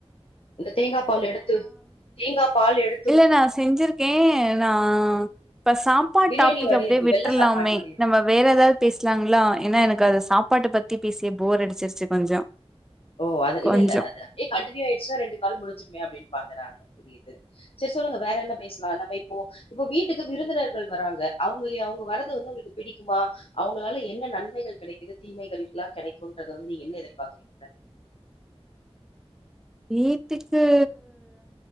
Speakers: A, on the left; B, in the centre.
A: இந்த தேங்கா பால் எடுத்து தேங்கா பால் எடுத்
B: இல்ல நா செஞ்சிருக்கே நா இப்ப சாப் பாட்
A: பிரியாணி
B: டாபிக்
A: மாரியே
B: அப்டியே
A: இருக்கு.
B: விட்ருலாமே
A: வெள்ள சாப்பாடு மாரியே இருக்கு.
B: நம்ம வேற ஏதாவ் பேசலாங்களா ஏன்னா எனக்கு அது சாப்பாட்ட பத்தி பேசி போர் அடிச்சிருச்சு கொஞ்சோ
A: ஓ அது இல்ல
B: கொஞ்சோ
A: இல்ல அது அப்டே கண்டினியூ ஆய்டுச்சன்னா ரெண்டு கால் முடிஞ்சுடுமே அப்டின்னு பாத்தே நானு புரியு து செரி சொல்லுங்க வேற என்ன பேசலா நம்ம இப்போ இப்போ உங்க வீட்டுக்கு விருந்தினர்கள் வராங்க அவுங்களியு அவுங்க வரது வந்து உங்களுக்கு பிடிக்குமா அவுங்களால என்ன நன்மைகள் கெடைக்குது தீமைகள் எல்லா கெடைக்குன்றது வந்து நீங்க என்ன எதிர்ப்பாக்குறீங்க <inaudible>
B: வீட்டுக்கு